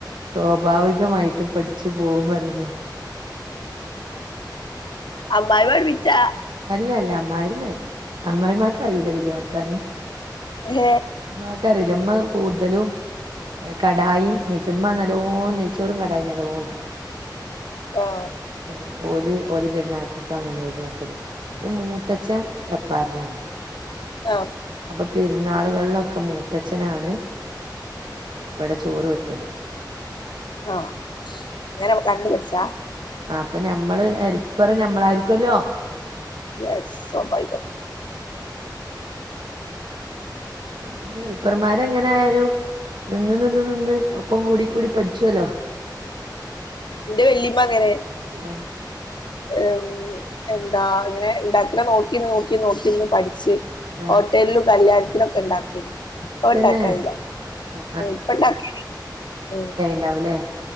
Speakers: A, on the right; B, on the left.
A: സ്വാഭാവികമായിട്ടും പഠിച്ചു പോകും അതിനേ
B: അമ്മായിമ്മ <unintelligible>
A: അല്ല അല്ല അമ്മാരിമ്മ അല്ല അമ്മാമാക്ക അറിയില്ല ബിരിയാൻ വെക്കാന്
B: ഏ
A: മ്മാക്കറിയില്ല മ്മ കൂടുതലും കടായും നെയ്ച്ചു മ്മ നല്ലോ നെയച്ചോറും കടായിം നല്ലോം ഉണ്ടാകും
B: ആഹ്
A: ഏ ഓല് ഓല് പെരുന്നൊക്കെ അങ്ങനെ ആയിരുന്നു ആക്കല് ന്റെ മൂത്തച്ഛൻ വെപ്പാരനാണ്
B: <unintelligible>
A: അപ്പൊ പെരുന്നാളുകളിലൊക്കെ മൂത്തച്ഛനാണ് ഇവിടെ ചോറ് വെക്കല്
B: ആ അങ്ങനെ കണ്ട് പഠിച്ചാ
A: ആ അപ്പൊ ഞമ്മള് ഹെൽപ്പറ് ഞമ്മളായിരിക്കല്ലോ
B: യെസ് സോഭാവികം
A: അപ്പ ഹെൽപ്പർമാരെ എങ്ങനെ ആയാലും നിന്ന് നിന്ന് നിന്ന് ഒപ്പം കൂടി കൂടി പഠിച്ചുവല്ലോ
B: എന്റെ വല്യമ്മ അങ്ങനെ
A: ആഹ്
B: ഉ എന്താ അങ്ങനെ ഉണ്ടാക്കണ നോക്കിന്ന് നോക്കി നോക്കിന്ന് പഠിച്ച്
A: ആ
B: ഹോട്ടലും കല്യാണത്തിനൊക്കെ ഉണ്ടാക്കന് പൊണ്ടാക്കായില്ല
A: തന്നെ ആ
B: ഉ പെണ്ടാകയില്ല ഉ
A: രാവിലെ